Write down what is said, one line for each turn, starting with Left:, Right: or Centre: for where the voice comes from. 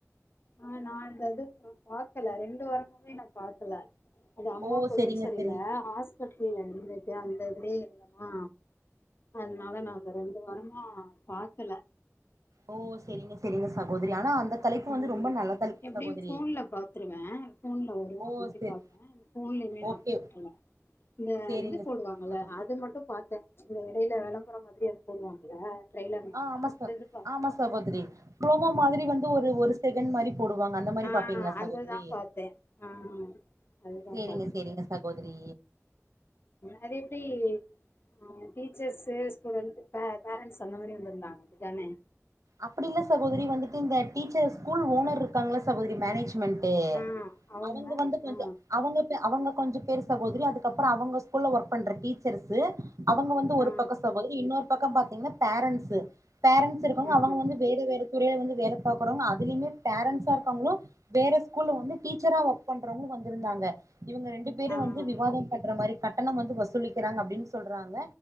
Left: ஆ நா இந்தது பாக்கல ரெண்டு வாரமாவே நான் பாக்கல அது அம்மாக்கு
Right: ஓ
Left: கூடம்பு
Right: செரிங்க
Left: சரியில
Right: செரிங்க
Left: ஹாஸ்பிட்ல்ல இருந்திட்டு அந்த இதுலயே இருந்தமா அதனால நா அத ரெண்டு வாரமா பாக்கல
Right: ஓ செரிங்க செரிங்க சகோதரி ஆனா அந்த தலைப்பு
Left: ம்
Right: வந்து ரொம்ப நல்ல தலைப்பு
Left: எப்டியு
Right: சகோதரி
Left: போன்ல பாத்துருவே போன்ல வரு <unintelligible>
Right: ஓ செரி
Left: பாப்பே போன்லயுமே
Right: ஓகே
Left: நா பாக்கல இந்த
Right: செரிங்க
Left: இது போடுவாங்கல்ல
Right: சகோ
Left: அது மட்டு பாத்த இந்த இடையில விளம்பரம் மாரி அது போடுவாங்கள ட்ரைலர் மாரி
Right: ஆ ஆமா
Left: அந்த
Right: ச
Left: இது பாப்பா
Right: ஆமா சகோதரி புரோம மாதிரி வந்து ஒரு ஒரு செகண்ட் மாரி போடுவாங்க அந்த மாரி
Left: ஆ
Right: பாப்பீங்களா சகோதரி
Left: அதுதா பாத்தே ஆ அதுதா
Right: செரிங்க
Left: பாத்தே
Right: செரிங்க சகோதிரி
Left: அது எப்டி ஆ டீச்சர்ஸ்சு ஸ்டூடெண்ட்டு ப பேரண்ட்ஸ் அந்த மாரி வந்திருந்தாங்க தானே
Right: அப்டி இல்ல சகோதரி வந்துட்டு இந்த டீச்சர் ஸ்கூல் ஓனர் இருக்காங்ளா சகோதரி மேனேஜ் மென்ட்டு
Left: ஆ அவுங்க
Right: அவங்க வந்து கொஞ்ச
Left: ஆ
Right: அவங்க அவங்க கொஞ்ச பேரு சகோதரி அதுக்கப்ற அவங்க ஸ்கூல்ல ஒர்க் பண்ற டீச்சர்ஸு அவங்க வந்து ஒரு
Left: ஆ
Right: பக்க சகோதரி இன்னொரு பக்க பாத்தீங்ன்னா பேரண்ட்ஸு பேரண்ட்ஸ் இரு காங்க
Left: ஆ
Right: வந்து வேற வேற துறையில வந்து வேலை பாக்கறவங்க அதுலயுமே பேரன்ண்ட்ஸா இருக்கங்களு வேர ஸ்கூல்ல வந்து டீச்சரா ஒர்க் பண்றவங்களு வந்திருந்தாங்க இவங்க ரெண்டு பேரு
Left: ஆ
Right: வந்து விவாதம்
Left: ஆ
Right: பண் ன்ற மாரி கட்டணம் வந்து வஸ் லிக்கிறாங்க அப்டின் சொல்றாங்க